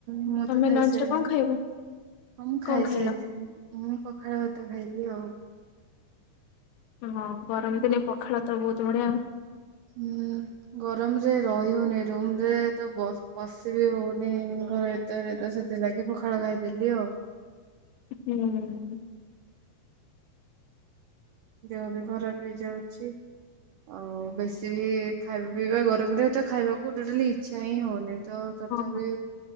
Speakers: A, on the right; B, on the left.
A: ମୁଁ
B: ତମେ
A: ତ ଖାଇସାରିଲିଣି
B: ଲଞ୍ଚ ରେ କଣ ଖାଇବ
A: ମୁଁ
B: କଣ
A: ଖାଇସାରିଲିଣି।
B: ଖାଇଲ?
A: ମୁଁ ପଖାଳ ଭାତ ଖାଇଥିଲି ଆଉ।
B: ହଁ ଗରମ
A: ଗୋ
B: ଦିନେ ପଖାଳ ତ ବହୁତ୍ ବଢ଼ିଆ ଆଉ।
A: ହୁଁ। ଗରମରେ ରହି ହଉନି ରୁମ୍ ରେ ତ ବସ ବସି ବି ହଉନି ଘରେ। <unintelligible> ତ ସେଥିଲାଗି ପଖାଳ ଖାଇଦେଲି ଆଉ।
B: ହୁଁ।
A: ଦେହ ବି ଖରାପ ହେଇଯାଉଛି। ଆଉ ବେଶୀ ବି ଖାଇବା ପିଇବା ଗରମରେ ତ ଖାଇବାକୁ ଟୋଟାଲି ଇଚ୍ଛା ହିଁ ହଉନି। ତ ତଥାପି
B: ହଁ।